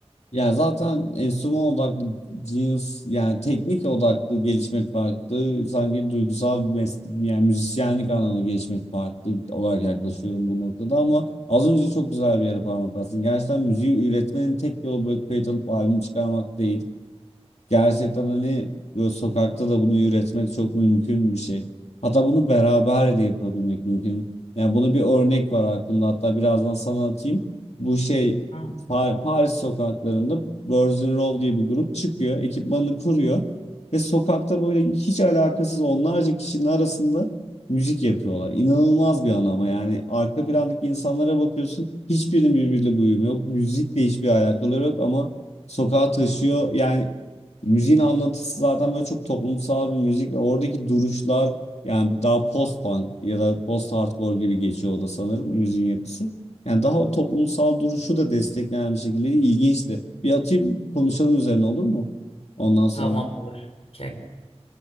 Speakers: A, on the left (about 80°); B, on the left (about 70°).
A: Yani zaten enstrüman odaklı cins yani teknik odaklı gelişmek farklı. Sanki duygusal bir meslek yani müzisyenlik anlamında gelişmek farklı olarak yaklaşıyorum bu noktada ama az önce çok güzel bir yere parmak bastın. Gerçekten müziği üretmenin tek yolu böyle kayıt alıp albüm çıkarmak değil. Gerçekten hani böyle sokakta da bunu üretmek çok mümkün bir şey. Hatta bunu beraber de yapabilmek mümkün. Yani buna bir örnek var aklımda. Hatta birazdan sana atayım. Bu şey
B: Hmm.
A: Pa- Paris sokaklarında Birds in Row diye bir grup çıkıyor. Ekipmanını kuruyor. Ve sokakta böyle hiç alakasız onlarca kişinin arasında müzik yapıyorlar. İnanılmaz bir an ama yani arka plandaki insanlara bakıyorsun. Hiçbirinin birbiriyle bir uyumu yok. Müzikle hiçbir alakaları yok ama sokağa taşıyor. Yani Müziğin anlatısı zaten böyle çok toplumsal bir müzik ve oradaki duruşlar yani daha post punk ya da post hardcore gibi geçiyor o da sanırım müziğin yapısı. Yani daha o toplumsal duruşu da destekleyen bir şekilde ilginçti. Bir atayım konuşalım üzerine olur mu? Ondan sonra.
B: Tamam olur. Okey.